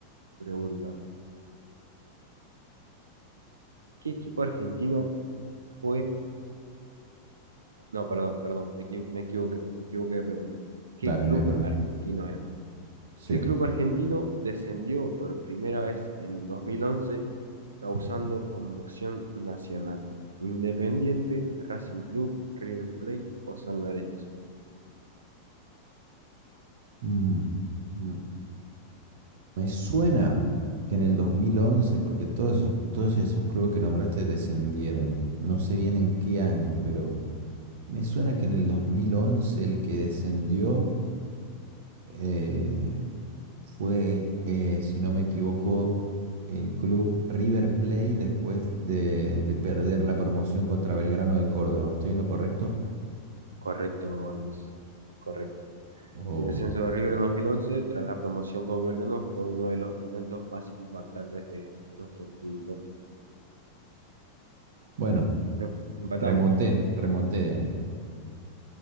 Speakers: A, on the right; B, on the right.
A: pregunta. ¿Qué equipo argentino fue No, perdón, perdón, me, equi- me equivoqué, me equivoqué de pregunta. ¿Qué
B: Dale,
A: club
B: no hay problema.
A: argentino era?
B: Sí.
A: ¿Qué club argentino descendió por primera vez en 2011 causando conmoción nacional? Independiente, Racing Club, River Plate o San Lorenzo.
B: Mm, mm, Me suena que en el 2011 porque todos, esos- todos esos clubes que nombraste descendieron. No sé bien en qué año, pero me suena que en el 2011 el que descendió eh, fue, eh, si no me equivoco, el club River Plate después de, de perder la promoción contra Belgrano de Córdoba. ¿Estoy en lo correcto?
A: Correcto, Andrés, correcto.
B: O-
A: El descenso de River en 2011 tras la promoción con Belgrano fue uno de los momentos más impactantes de nuestro fútbol.
B: Bueno,
A: Em- Empatamos.
B: remonté, remonté, ¿eh?